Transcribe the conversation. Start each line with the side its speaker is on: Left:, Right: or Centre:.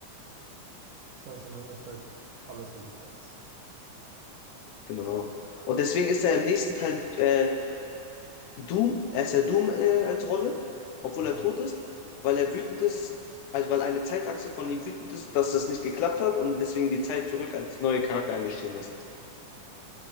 Right: Das heißt im Endeffekt, alles für die Katz.
Left: Genau. Und deswegen ist er im nächsten Teil äh, Doom, er ist ja Doom äh, als Rolle, obwohl
Right: Ja.
Left: er tot ist, weil er wütend ist, also weil eine Zeitachse von ihm wütend ist, dass das nicht geklappt hat und deswegen die Zeit zurück als neuer Charakter eingestiegen ist.